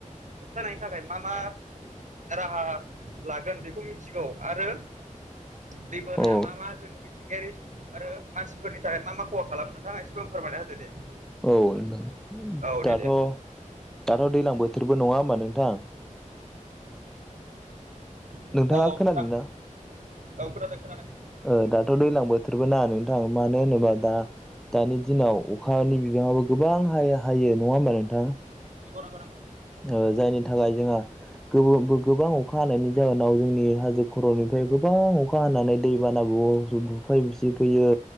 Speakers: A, on the right; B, in the centre.
A: होबथानायनि थाखाय मा मा राहा लागोन बेखौ मिथिगौ आरो दैबोना
B: औ
A: मा मा जोंनि मिथि गेरिस आरो मानसिफोरनि थाखाय मा मा खहा खालामो नोंथाङा एसेबाबो फोरमायना होदो दे
B: औ नोंथां
A: औ दे
B: दाथ'
A: दे
B: दाथ' दैज्लां बोथोरबो नङा होमबा नोंथां
A: औ
B: नोंथाङा
A: औ
B: खोनादों
A: नोंथां
B: ना
A: औ खोनादों खोनादों
B: ओ दाथ' दैज्लां बोथोरबो ना नोंथां मानो होनोबा दा दानि दिनाव अखानि बिबाङाबो गोबां हा हायो नङा होमबा नोंथां
A: नंगौ नंगौ नांगौ
B: ओ जायनि थाखाय जोंहा गो गोबां अखा हानायनि जाहोनाव जोंनि हाजो खर'निफ्राय गोबां अखा हानानै दै बाना <unintelligible> बुफाय बुसि फैयो